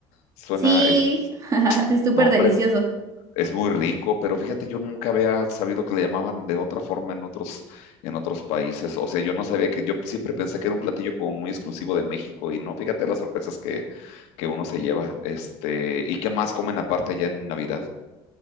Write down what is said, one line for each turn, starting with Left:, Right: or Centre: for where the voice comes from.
Left: Suena,
Right: Sí,
Left: es,
Right: <laughs> es súper
Left: no, hombre,
Right: delicioso.
Left: es muy rico, pero fíjate, yo nunca había sabido que le llamaban de otra forma en otros, en otros países. O sea, yo no sabía que, yo siempre pensé que era un platillo como muy exclusivo de México y no, fíjate las sorpresas que, que uno se lleva. Este, ¿y qué más comen aparte allá en Navidad?